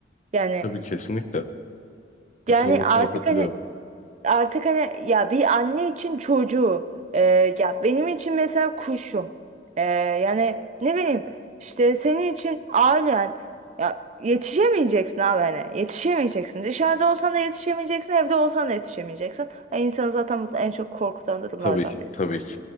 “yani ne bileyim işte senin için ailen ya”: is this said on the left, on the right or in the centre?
Right